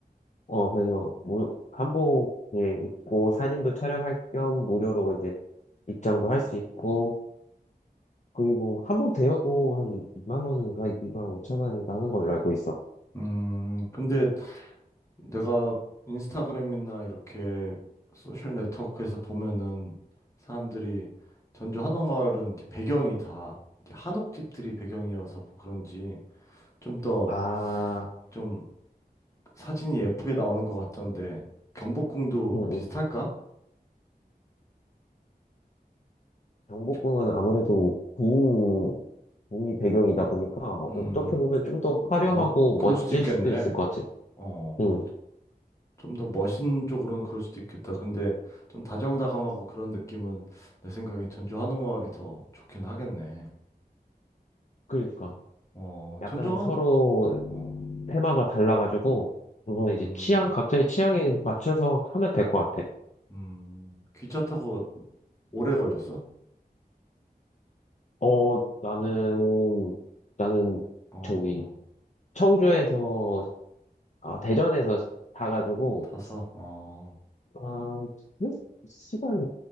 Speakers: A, on the left; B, on the left.
A: 어, 그래서 무, 한복 예, 입고 사진도 촬영할 겸 무료로 이제 입장도 할 수 있고, 그리고 한복 대여도 한 2만 원인가 2만 5천 원인가 하는 걸로 알고 있어.
B: 음, 근데 내가 인스타그램이나 이렇게 소셜 네트워크에서 보면은 사람들이 전주 한옥마을은 이제 배경이 다 이제 한옥집들이 배경이어서 뭐 그런지 좀 더
A: 아,
B: 좀 사진이 예쁘게 나오는 것 같던데 경복궁도
A: 응,
B: 비슷할까?
A: 응. 경복궁은
B: 겨-
A: 아무래도 궁, 궁이 배경이다 보니까
B: 음,
A: 어떻게 보면 좀 더 화려하고
B: 뭐 그럴
A: 멋질
B: 수도 있겠네.
A: 수도 있을 것 같아.
B: 어,
A: 응,
B: 좀 더 멋있는 쪽으로는 그럴 수도 있겠다. 근데 좀 다정다감하고 그런 느낌은 내 생각엔 전주 한옥마을이 더 좋긴 하겠네.
A: 그러니까.
B: 어,
A: 약간
B: 전주
A: 서로
B: 어,
A: 테마가 달라가지고, 그거는
B: 음,
A: 이제 취향, 각자의 취향에 맞춰서 하면 될 것 같아.
B: 음, 기차 타고 오래 걸렸어?
A: 어, 나는, 나는
B: 어,
A: 저기, 청주에서, 아, 대전에서 자가지고,
B: 타서, 어,
A: 아, 그 시간이